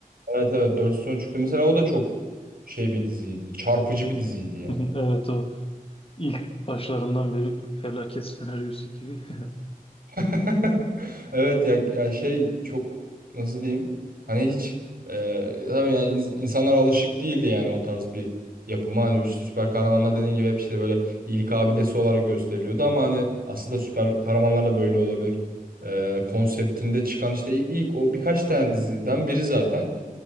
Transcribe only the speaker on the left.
<laughs> Evet o ilk başlarından beri bir felaket senaryosu gibi. <laughs>